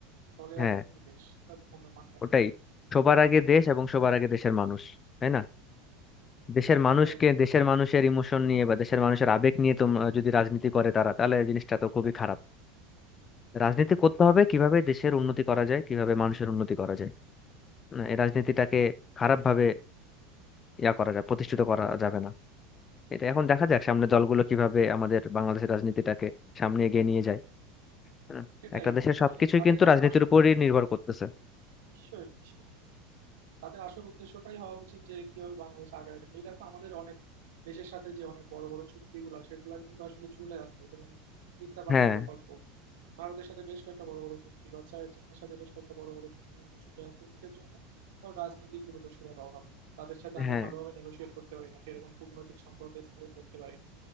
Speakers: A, on the right; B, on the left.
A: দলের
B: হ্যাঁ
A: আগে কিন্তু দেশ এটা তো মনে মাথায় রাখতে
B: ওটাই
A: হবে
B: সবার আগে দেশ এবং সবার আগে দেশের মানুষ তাই না দেশের মানুষকে
A: সেটাই বন্ধু।
B: দেশের মানুষের ইমোশন নিয়ে বা দেশের মানুষের আবেগ নিয়ে তোমরা যদি রাজনীতি করে তারা তাহলে জিনিসটা তো খুবই খারাপ রাজনীতি করতে হবে কিভাবে দেশের উন্নতি করা যায় কিভাবে মানুষের উন্নতি করা যায় না, এই রাজনীতিটাকে খারাপ ভাবে ইয়া করা যায় প্রতিষ্ঠিত করা যাবে না এটা এখন দেখা যাক সামনে দলগুলো কিভাবে আমাদের বাংলাদেশের রাজনীতিটাকে সামনে এগিয়ে নিয়ে যায় হুম,
A: সেটাই
B: একটা দেশের
A: মানে
B: সবকিছুই
A: তাদের
B: কিন্তু
A: আস-
B: রাজনীতির
A: আসল
B: উপরই নির্ভর করতেছে
A: নিশ্চয়ই নিশ্চয়ই তাদের আসল উদ্দেশ্যটাই হওয়া উচিত যে কিভাবে বাংলাদেশ আগায় যাবে এই দেখো আমাদের অনেক দেশের সাথে যে অনেক বড় বড় চুক্তিগুলো সেগুলো কিন্তু আসলে ঝুলে আছে যেমন তিস্তা পানি
B: হ্যাঁ
A: প্রকল্প ভারতের সাথে বেশ কয়েকটা বড় বড় চুক্তি বা চা- চীনের সাথে বেশ কয়েকটা বড় বড় চুক্তি কিন্তু ঝুলে আছে কিসের জন্য কারণ রাজনৈতিক দূরদর্শিতার অভাব তাদের সাথে আমরা
B: হ্যাঁ
A: ভালোভাবে নেগোশিয়েট করতে পারি না সেরকম কূটনৈতিক সম্পর্ক স্থাপন করতে পারি না